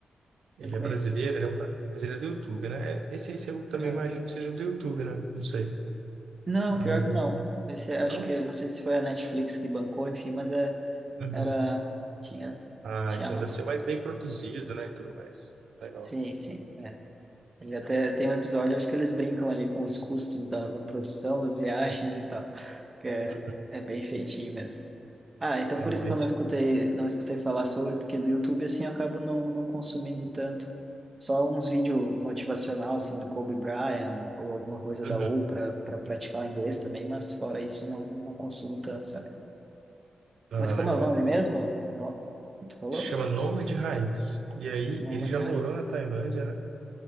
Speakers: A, on the right (about 85°); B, on the right (about 20°).
A: Ele
B: Não conheço.
A: é brasileiro, ele é um cara, mas ele é do YouTube, né? É- Esse aí eu também
B: Aham.
A: imagino que seja do YouTube, né? Não sei.
B: Não,
A: Aí
B: pior que não. Esse, é- acho
A: Não?
B: que, não sei se foi a Netflix que bancou, enfim, mas é,
A: Uhum.
B: era, tinha,
A: Ah,
B: tinha
A: então
B: lá.
A: deve ser mais bem produzido, né, e tudo mais. Legal.
B: Sim, sim, é. Ele até tem um episódio, acho que eles brincam ali com os custos da, da produção, das viagens e tal, que é,
A: Uhum.
B: é bem feitinho mesmo. Ah, então
A: Ah,
B: por
A: não,
B: isso que
A: esse.
B: eu não escutei, não escutei falar sobre, porque do YouTube assim eu acabo não, não consumindo tanto. Só uns vídeos motivacional assim do Kobe Bryant ou alguma coisa
A: Uhum.
B: da Oprah para praticar o inglês também, mas fora isso não, não consumo tanto, sabe?
A: Ah,
B: Mas como
A: legal.
B: é o nome mesmo? No... Tu falou?
A: Chama Nômade Raiz. E aí,
B: Noma
A: ele já
B: de
A: morou
B: raiz.
A: na Tailândia, né?